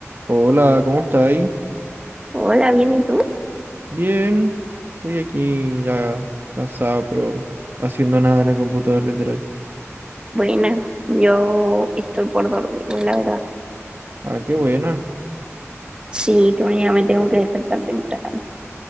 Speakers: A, on the right; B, on the right.
A: Hola, ¿cómo estáis?
B: Hola, bien, ¿y tú?
A: Bien, estoy aquí ya cansado, pero haciendo nada en el computador, literal.
B: Buena, yo estoy por dormirme, la verdad.
A: Ah, qué buena.
B: Sí, que mañana me tengo que despertar temprano.